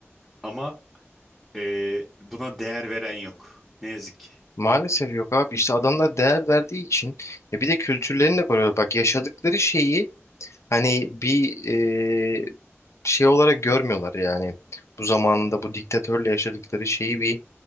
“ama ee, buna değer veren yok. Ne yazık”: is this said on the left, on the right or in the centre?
Centre